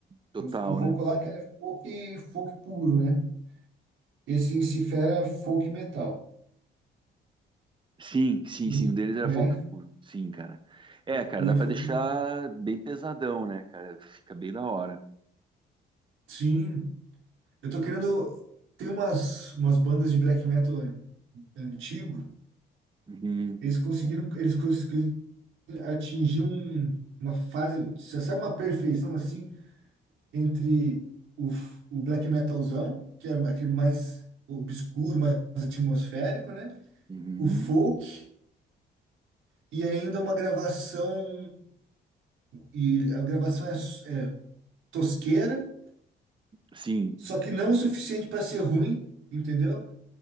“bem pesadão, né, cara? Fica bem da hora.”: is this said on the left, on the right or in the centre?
Right